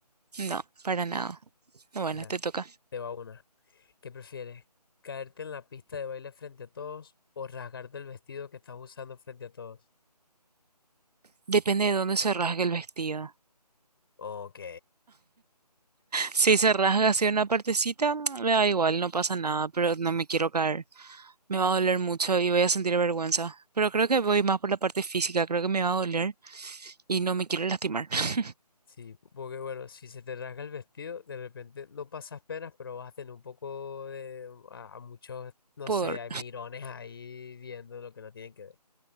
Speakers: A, on the right; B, on the left.
A: No, para nada. Bueno,
B: Mira,
A: te toca.
B: te va una. ¿Qué prefieres? ¿Caerte en la pista de baile frente a todos o rasgarte el vestido que estás usando frente a todos?
A: Depende de dónde se rasgue el vestido.
B: Ok.
A: Si se rasga así una partecita, mm, me da igual, no pasa nada, pero no me quiero caer. Me va a doler mucho y voy a sentir vergüenza. Pero creo que voy más por la parte física, creo que me va a doler y no me quiero lastimar. <laughs>
B: Sí, porque bueno, si se te rasga el vestido, de repente no pasas penas, pero vas a tener un poco de... a, a muchos, no
A: Por...
B: sé, hay mirones ahí viendo lo que no tienen que ver.